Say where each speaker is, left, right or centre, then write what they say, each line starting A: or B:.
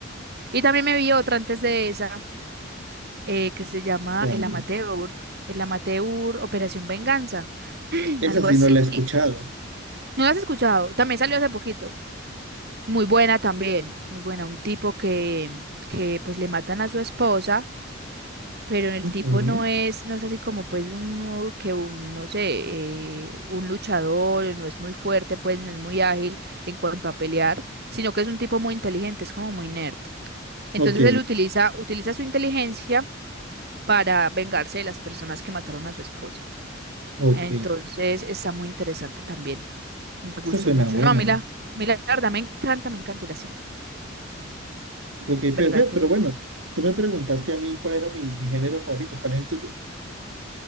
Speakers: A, on the right (about 55°); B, on the right (about 80°).
A: Y también me vi otra antes de esa eh, que se llama
B: ¿cuál?
A: El Amateur, El Amateur Operación Venganza, <clears throat>
B: Esa
A: algo
B: sí
A: así.
B: no la he escuchado.
A: ¿No lo has escuchado? También salió hace poquito. Muy buena también, muy buena. Un tipo que, que pues le matan a su esposa, pero el
B: Ujú,
A: tipo no es, no es así como pues uno que un, no sé, eh, un luchador, no es muy fuerte, pues no es muy ágil en cuanto a pelear, sino que es un tipo muy inteligente, es como muy nerd. Entonces
B: Ok,
A: él utiliza, utiliza su inteligencia para vengarse de las personas que mataron a su esposa.
B: ok.
A: Entonces está muy interesante también. Me
B: Esa
A: gustó
B: suena
A: mucho.
B: buena.
A: No, a mí la, a mí la verdad me encanta, me encanta ir al cine.
B: Ok, pe-
A: ¿Verdad
B: pe-
A: que?
B: pero, bueno, tú me preguntaste a mí cuál era mi, mi género favorito, ¿cuál es el tuyo?